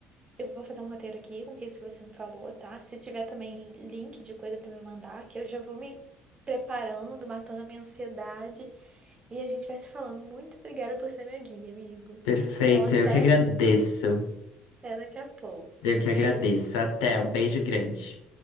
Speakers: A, on the right; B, on the left.
A: eu vou fazer um roteiro aqui com isso que você me falou, tá? Se tiver também link de coisa pra me mandar, que eu já vou me preparando, matando a minha ansiedade. E a gente vai se falando. Muito obrigada por ser meu guia, amigo.
B: Perfeito,
A: Então, até.
B: eu que agradeço.
A: Até daqui a pouco.
B: Eu que
A: Beijo.
B: agradeço. Até, um beijo grande.